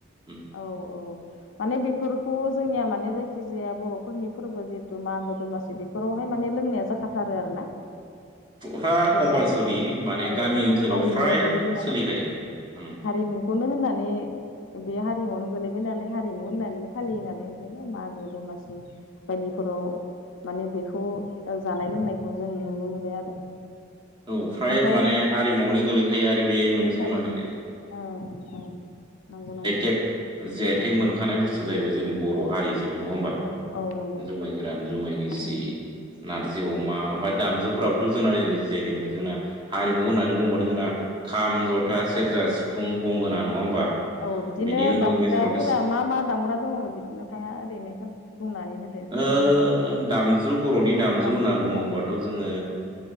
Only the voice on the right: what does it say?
उम
फुरा
कम्पालसरि
गामि
ओनसोलाव
फ्राय
सोलिखायो उम
औ फ्राय
माने हारिमुआवनो गोलैखायो आरो बे
मोनसे माने
जिआइ
थेक मोनखानाय बुस्थु जाहैबाय जोंनि बर'
हारि हिसाबै नङा ओमबा
जुमाय गोरान, जुमाय गिसि,
नारजि अमा ओमफ्राय दामजुफ्रावथ' जोंना जेरै जायदों जोंना हारिमु
होननानै बुङोबाथ' जोंना खाम, जथा, सेरजा, सिफुं, गंगोना नङा होमबा
बिनि उनाव
गेजेरावथ'
ओ
दामजु बर'नि दामजु
होनना बुङोबाथ' जोङो